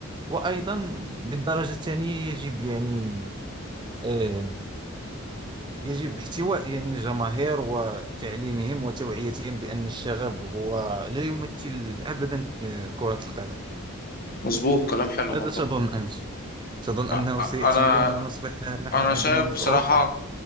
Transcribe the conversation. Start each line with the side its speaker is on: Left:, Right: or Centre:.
Right: وأيضا بالدرجة الثانية يجب يعني آه، يجب احتواء يعني الجماهير وتعليمهم وتوعيتهم بأن الشغب هو لا يمثل أبدا آه، كرة القدم
Left: مظبوط كلام حلو
Right: ماذا
Left: والله
Right: تظن أنت؟ تظن أنه
Left: أ- أ-
Right: سيأتي
Left: انا
Right: يوم ونصبح نحن
Left: انا
Right: أيضا
Left: شايف
Right: مثل
Left: بصراحة
Right: أوروبا